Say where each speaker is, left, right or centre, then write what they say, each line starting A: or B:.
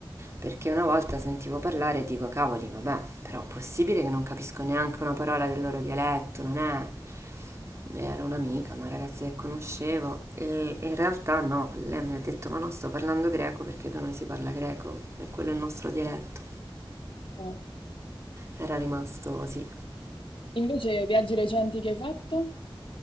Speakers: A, on the right; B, on the left.
A: Perché una volta sentivo parlare e dico, cavoli, vabbè, però possibile che non capisco neanche una parola del loro dialetto, non è? E Era un'amica, una ragazza che conoscevo, e e in realtà no, lei mi ha detto, ma no, sto parlando greco perché da noi si parla greco, e quello è il nostro dialetto.
B: wow.
A: Era rimasto, sì,
B: Invece, viaggi recenti che hai fatto?